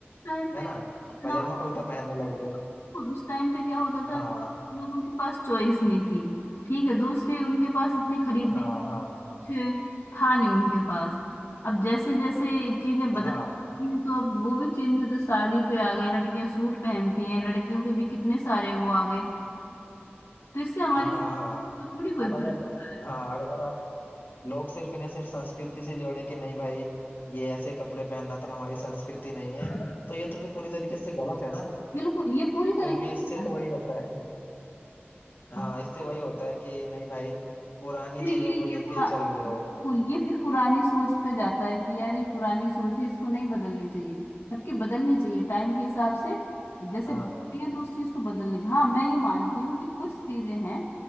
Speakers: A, on the left; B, on the left.
A: टाइम पे
B: है ना
A: इतना
B: पजामा कुर्ता पहनने लगे
A: बिल्कुल उस टाइम पे क्या होता
B: हाँ
A: था लोगों के पास चॉइस नहीं थी ठीक है दूसरे उनके पास इतने खरीदने
B: हाँ हाँ
A: पीछे था नहीं उनके पास अब जैसे जैसे चीजें बदल
B: हाँ
A: रही हैं, तो अब वो भी चेंज होते साड़ी पे आ गए लड़कियां सूट पहनती हैं लड़कियों के भी कितने सारे वो आ गए तो इससे हमारी
B: हाँ हाँ
A: सेहत
B: हाँ।
A: पर थोड़ी कोई
B: अब
A: फर्क
B: अगर
A: पड़ रहा
B: हाँ अगर आप लोग सिर्फ इन्हें सिर्फ संस्कृति से जोड़ें कि नहीं भाई ये ऐसे कपड़े पहनना तो हमारी संस्कृति नहीं है
A: है
B: तो ये तो फिर पूरी तरीके से गलत है ना
A: बिल्कुल ये पूरी
B: क्योंकि
A: तरह की
B: इससे
A: बात
B: तो वही होता है हाँ
A: है।
B: इससे वही होता है कि नहीं भाई पुरानी
A: फिर
B: चीजों
A: ये
B: को
A: ये
B: लेके
A: पुरा
B: चल रहे हो
A: बिल्कुल, ये फिर पुरानी सोच पे जाता है कि यार ये पुरानी सोच है इसको नहीं बदलनी चाहिए जबकि बदलनी चाहिए टाइम के हिसाब से जैसे
B: हाँ
A: बदलती है तो उस चीज को बदलनी चाहिए हाँ मैं ये मानती हूँ कि कुछ चीजें हैं